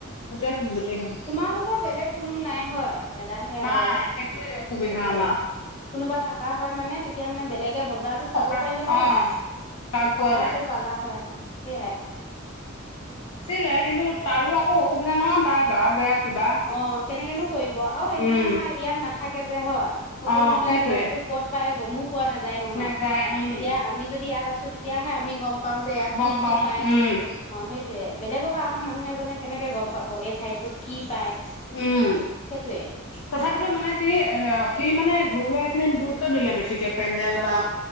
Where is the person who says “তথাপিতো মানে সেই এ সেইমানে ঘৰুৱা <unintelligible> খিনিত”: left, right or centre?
Left